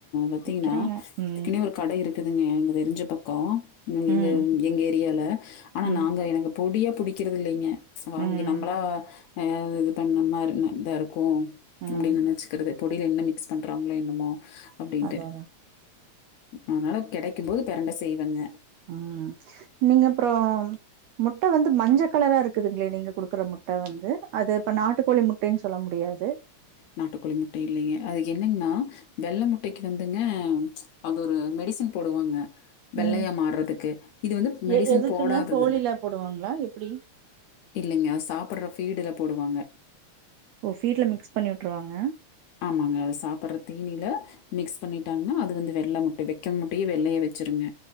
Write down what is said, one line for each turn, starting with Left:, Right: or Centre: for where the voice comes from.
Left: பாத்தீங்கன்னா
Right: விக்கிறாங்க ம்
Left: இதுக்குனே ஒரு கட இருக்குதுங்க எங்க தெரிஞ்ச பக்கோ எங்க எங்க
Right: ம்
Left: எங்க ஏரியால ஆனா
Right: ம்
Left: நாங்க எனக்கு பொடியா புடிக்கறதில்லைங்க வாங்கி
Right: ம்
Left: நம்மளா அ இது பண்ண மாரி இந்த அப்டினு
Right: ம்
Left: நெனச்சக்கிறது பொடில என்ன மிக்ஸ் பண்றாங்களோ என்னமோ அப்டின்ட்டு
Right: அதா அதா
Left: அதனால கெடைக்கு போது பெரண்ட செய்வங்க
Right: ஆ நீங்க அப்றோ முட்ட வந்து மஞ்சக் கலரா இருக்குதுங்களே நீங்க குடுக்குற முட்ட வந்து அது இப்ப நாட்டுக்கோழி முட்டைனு சொல்ல முடியாது
Left: நாட்டுக்கோழி முட்ட இல்லைங்க அது என்னங்னா வெள்ள முட்டக்கு வந்துங்க அது ஒரு மெடிசன் போடுவாங்க வெள்ளையா
Right: ம்
Left: மாறதுக்கு இது வந்து மெடிசன்
Right: எ எதுக்குங்க
Left: போடாததுங்க
Right: கோழில போடுவாங்களா எப்டி
Left: இல்லைங்க அது சாப்பட்ற ஃபீடுல போடுவாங்க
Right: ஓ ஃபீடுல மிக்ஸ் பண்ணி விட்ருவாங்க
Left: ஆமாங்க அது சாப்புட்ற தீனியில மிக்ஸ் பண்ணிட்டாங்ன்னா அது வந்து வெள்ள முட்ட வெக்க முட்டையே வெள்ளைய வெச்சிருங்க